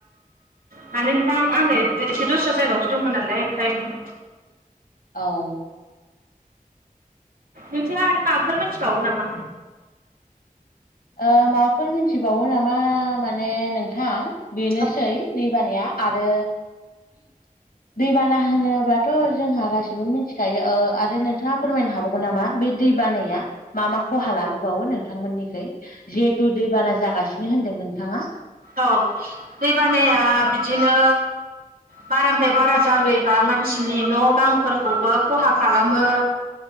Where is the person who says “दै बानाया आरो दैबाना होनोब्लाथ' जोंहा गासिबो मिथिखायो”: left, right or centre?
Left